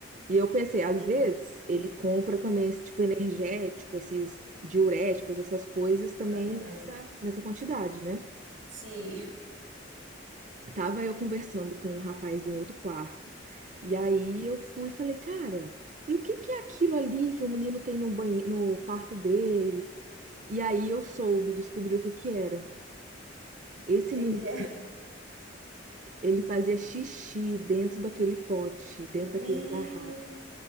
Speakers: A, on the right; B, on the right.
A: E eu pensei, às
B: sim,
A: vezes ele compra também esse tipo energético, esses diuréticos, essas coisas também
B: aham.
A: nessa, nessa quantidade, né?
B: Sim. <laughs>
A: Tava eu conversando com um rapaz de um outro quarto. E aí eu fui e falei, cara, e o que que é aquilo ali que o menino tem no banheiro, no quarto dele? E aí eu soube, descobri o que que era. Esse
B: O que
A: menino,
B: que é?
A: ele fazia xixi dentro daquele pote, dentro
B: Meu,
A: daquele garrafa.